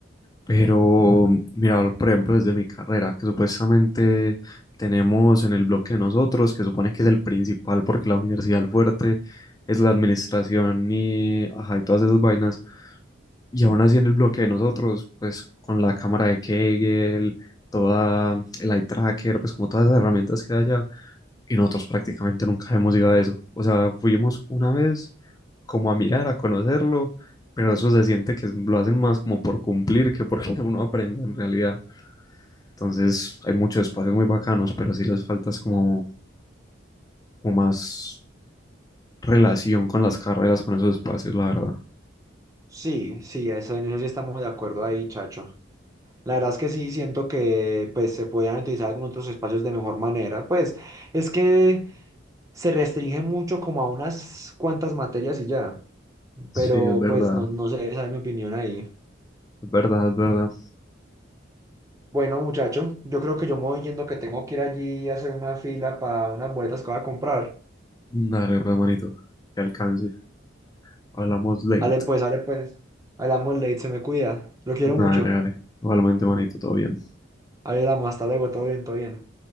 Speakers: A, on the left; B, on the right.
A: Pero, mira, por ejemplo, desde mi carrera, que supuestamente tenemos en el bloque de nosotros, que supone que es el principal porque la universidad el fuerte es la administración y, ajá, y todas esas vainas. Y aún así en el bloque de nosotros, pues con la cámara de Kegel, toda el eye tracker, pues como todas esas herramientas que hay allá, y nosotros prácticamente nunca hemos ido a eso. O sea, fuimos una vez como a mirar, a conocerlo, pero eso se siente que es- lo hacen más como por cumplir que porque <laughs> uno aprenda en realidad. Entonces, hay muchos espacios muy bacanos, pero sí les falta es como, como más relación con las carreras, con esos espacios, la verdad.
B: sí, sí, eso, en eso sí estamos de acuerdo ahí, chacho. La verdad es que sí, siento que pues, se podían utilizar algunos otros espacios de mejor manera. Pues es que se restringe mucho como a unas cuantas materias y ya.
A: Sí,
B: Pero
A: es verdad.
B: pues no, no sé, esa es mi opinión ahí.
A: Es verdad, es verdad.
B: Bueno, muchacho, yo creo que yo me voy yendo que tengo que ir allí a hacer una fila para unas boletas que voy a comprar.
A: Dale, pues, manito, que alcance. Hablamos late.
B: Ale pues, ale pues. Hablamos late, se me cuida. Lo quiero
A: Dale,
B: mucho.
A: dale. Igualmente, manito, todo bien.
B: Hablamos, hasta luego, todo bien, todo bien.